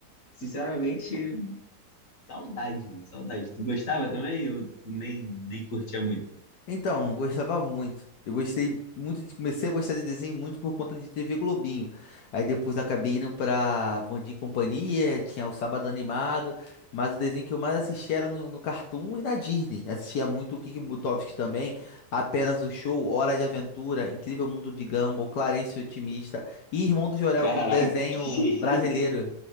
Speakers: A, on the left (about 55°); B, on the left (about 75°).
A: sinceramente. Saudade, meu, saudade. Tu gostava também ou tu nem, nem curtia muito?
B: Então, eu gostava muito. Eu gostei muito de. Comecei a gostar de desenho muito por conta de TV Globinho. Aí depois acabei indo pra Bom Dia e Companhia, tinha o Sábado Animado, mas o desenho que eu mais assistia era no, no Cartoon e na Disney. Assistia muito o Kiki Butovski também, Apenas o Show, Hora de Aventura, Incrível Mundo de Gumball, Clarence o Otimista e Irmão do Jorel,
A: Caraca.
B: que é um desenho
A: <laughs>
B: brasileiro.